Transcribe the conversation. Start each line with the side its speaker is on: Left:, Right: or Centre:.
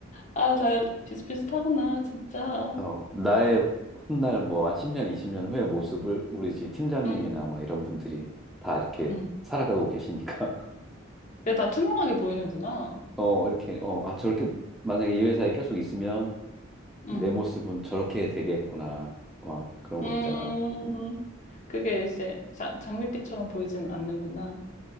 Left: 아, 다 비슷비슷하구나, 진짜.
Centre: 어, 나의 훗날 뭐, 한 10년, 20년 후의 모습을 우리 집 팀장님이나
Left: 음,
Centre: 막 이런 분들이 다 이렇게
Left: 음.
Centre: 살아가고 계시니까, <laughs>
Left: 근데 다 투명하게 보이는구나.
Centre: 어, 이렇게, 어, 아, 저렇게, 만약에 이 회사에 계속 있으면, 내
Left: 음,
Centre: 모습은 저렇게 되겠구나. 막 그런
Left: 음.
Centre: 거 있잖아.
Left: 그게 이제 자, 장밋빛처럼 보이진 않는구나.